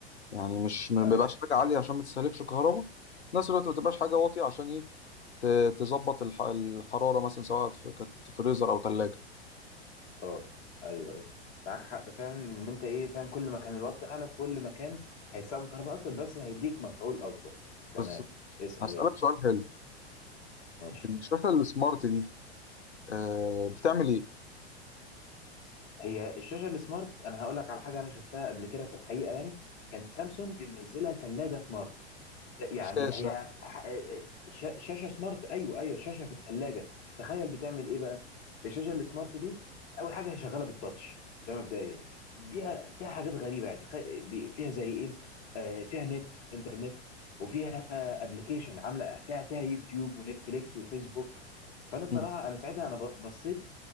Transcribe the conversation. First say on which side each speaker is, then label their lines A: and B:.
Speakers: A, on the left; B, on the left.
A: يعني مش ما
B: ايوه
A: بيبقاش حاجه عاليه عشان ما تستهلكش كهرباء في نفس الوقت ما تبقاش
B: امم
A: حاجه واطيه عشان ايه ت- تظبط الح- الحراره مثلا سواء في- كانت فريزر او ثلاجه
B: اه ايوه ايوه معاك حق فعلا ان انت ايه فعلا كل ما كان الوات اعلى كل ما كان هيستخدم كهرباء اكتر بس هيديك مفعول اكبر تمام
A: بس
B: اسال
A: هسألك
B: يلا
A: سؤال حلو
B: ماشي
A: الشاشه السمارت دي آه بتعمل ايه
B: هي الشاشه السمارت انا هقول لك على حاجه انا شفتها قبل كده في الحقيقه يعني كانت سامسونج منزله ثلاجه سمارت يعني
A: شاشه
B: هي ح- آه، آه، شا- شاشه سمارت ايوه ايوه شاشه في الثلاجه تخيل بتعمل ايه بقى الشاشه السمارت دي اول حاجه هي شغاله بالتاتش ده مبدئيا
A: مم.
B: فيها فيها حاجات غريبه يعني تخيل بي- فيها زي ايه آه فيها نت انترنت وفيها ابلكيشن عامله فيها فيها يوتيوب ونتفليكس وفيسبوك فانا
A: مم.
B: صراحه انا ساعتها انا ب- بصيت